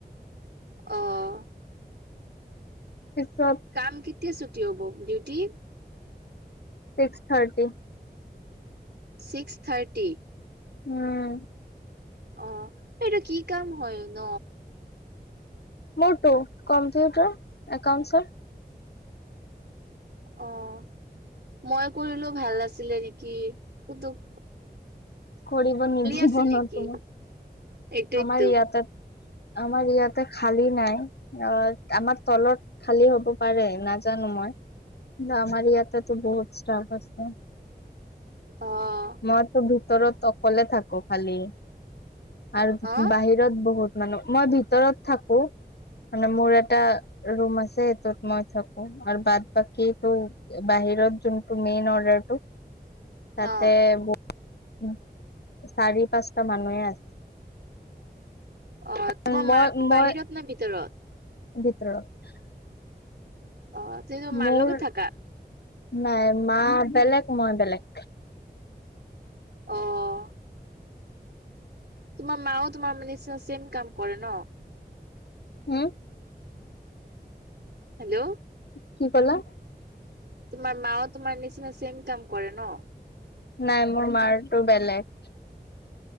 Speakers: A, on the right; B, on the left.
A: অ'।
B: পিছত
A: কাম কেতিয়া ছুটি হ'ব duty?
B: Six thirty.
A: Six thirty?
B: উম।
A: অ', এইটো কি কাম হয় ন?
B: মোৰটো কম্পিউটাৰ একাউন্টছৰ।
A: অ', মই কৰিলো ভাল নাছিলে নেকি ক'তো
B: কৰিব নিদিব
A: আছে নেকি
B: ন তোমাক।
A: এইটোৱেতো
B: আমাৰ ইয়াতে আমাৰ ইয়াতে খালী নাই। অ', আমাক তলত খালী হ'ব পাৰে নাজানো মই। না আমাৰ ইয়াতেটো বহুত ষ্টাফ আছে।
A: অ'।
B: মইটো ভিতৰত অকলে থাকো খালি। আৰু
A: অ
B: বাহিৰত বহুত মানু্হ মই ভিতৰত থাকো। মানে মোৰ এটা ৰুম আছে সেইটোত মই থাকো আৰু বাদ বাক কিটো বাহিৰত যোনটো মেইন অৰ্ডাৰটো তাতে
A: অ
B: উম, চাৰি পাঁচটা মানুহে আছে।
A: অ',
B: আছে
A: তোমাৰ মাত
B: মই
A: বাহিৰত
B: মই
A: নে ভিতৰত?
B: ভিতৰত।
A: অ', তুমি মাৰ
B: মোৰ
A: লগত থাকা?
B: নাই মা বেলেগ মই বেলেগ।
A: অ'। তোমাৰ মাও তোমাৰ মানে চেম কাম কৰে ন?
B: হম
A: হেল্ল'?
B: কি ক'লা?
A: তোমাৰ মাও তোমাৰ নিচিনা চেম কাম কৰে ন?
B: নাই মোৰ মাৰটো বেলেগ।